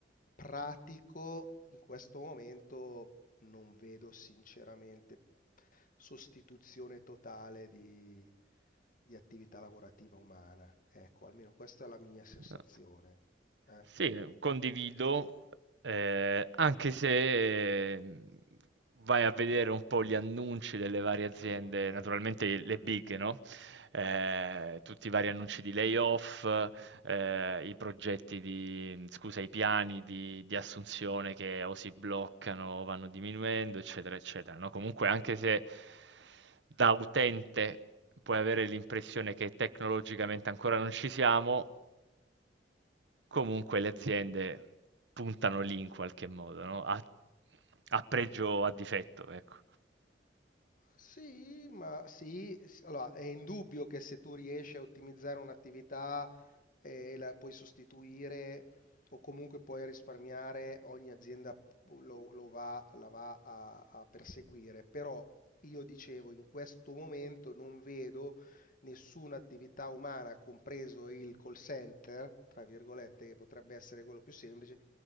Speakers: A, on the left; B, on the right.
A: pratico, in questo momento non vedo sinceramente sostituzione totale di, di attività lavorativa umana. Ecco, almeno questa è la mia sensazione.
B: No.
A: Eh,
B: Sì, condivido, eh, anche se ehm, vai a vedere un po' gli annunci delle varie aziende,
A: eh vabbè.
B: naturalmente le big, no? ehm, tutti i vari annunci di layoff, ehm, i progetti di scusa, i piani di di assunzione che o si bloccano o vanno diminuendo, eccetera, eccetera, no, comunque anche se da utente puoi avere l'impressione che tecnologicamente ancora non ci siamo, comunque le aziende puntano lì in qualche modo, no, a a pregio o a difetto, ecco.
A: Sì, ma sì, s- allora è indubbio che se tu riesci a ottimizzare un'attività e la puoi sostituire o comunque puoi risparmiare, ogni azienda lo, lo va, la va a, a perseguire. Però io dicevo, in questo momento non vedo nessuna attività umana, compreso il call center, tra virgolette, che potrebbe essere quello più semplice,